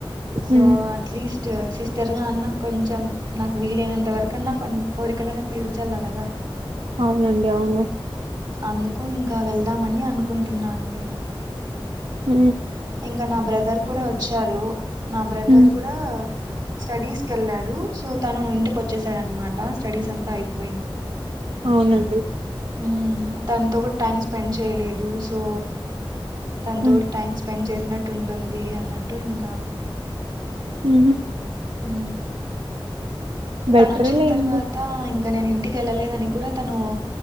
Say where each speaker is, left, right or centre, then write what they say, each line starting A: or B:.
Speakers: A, on the right (about 50°); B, on the right (about 80°).
A: సో
B: ఉమ్
A: అట్లీస్ట్ సిస్టర్ గా అన్న కొంచెం నాకు వీలైనంత వరకు న్నా కొన్ని కోరికలన్న తీర్చల కదా
B: అవునండి అవును
A: అందుకు ఇంకా వెళ్దామని అనుకుంటున్నా అండి
B: హ
A: ఇంకా నా బ్రదర్ కూడా వచ్చారు నా బ్రదర్
B: ఉమ్
A: కూడా స్టడీస్ కెళ్ళాడు సో తను ఇంటికి వచ్చేసాడనమాట స్టడీస్ అంతా అయిపో
B: అవునండి
A: హ్మ్మ్ తనతో కూడా టైమ్ స్పెండ్ చేయలేదు సో తనతో
B: ఉమ్
A: కూడా టైమ్ స్పెండ్ చేస్త వినట్టు ఉంటుంది అన్నట్టు ఇంకా
B: హ
A: హ
B: బెటరేలేండి
A: తను వచ్చిన తర్వాత ఇంకా నేను ఇంటికి వెళ్ళలేదని కూడా తను